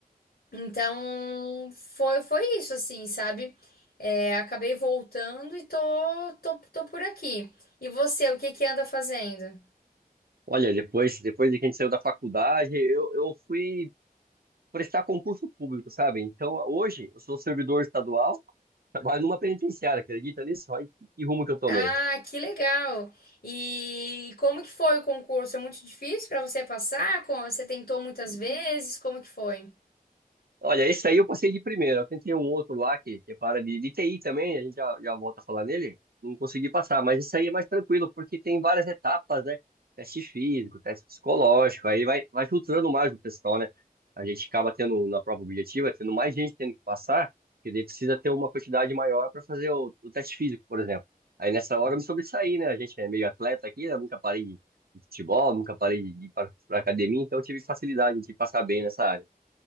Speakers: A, on the left (about 75°); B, on the right (about 75°).
A: Então, foi, foi isso, assim, sabe? É, acabei voltando e tô, tô, tô por aqui. E você, o que que anda fazendo?
B: Olha, depois, depois de que a gente saiu da faculdade, eu, eu fui prestar concurso público, sabe? Então, hoje, eu sou servidor estadual, trabalho numa penitenciária, acredita nisso? Olha que que rumo que eu tomei.
A: Ah, que legal! E como que foi o concurso? É muito difícil pra você passar? Co- Você tentou muitas vezes? Como que foi?
B: Olha, esse aí eu passei de primeira. Eu tentei um outro lá que, que é para de, de TI também, a gente já, já volta a falar nele. Não consegui passar, mas esse aí é mais tranquilo, porque tem várias etapas, né? Teste físico, teste psicológico, aí vai, vai filtrando mais o pessoal, né? A gente acaba tendo, na prova objetiva, tendo mais gente tendo que passar, porque daí precisa ter uma quantidade maior para fazer o, o teste físico, por exemplo. Aí nessa hora eu me sobressaí, né? A gente é meio atleta aqui, né? nunca parei de, de futebol, nunca parei de ir para para academia, então eu tive facilidade de passar bem nessa área.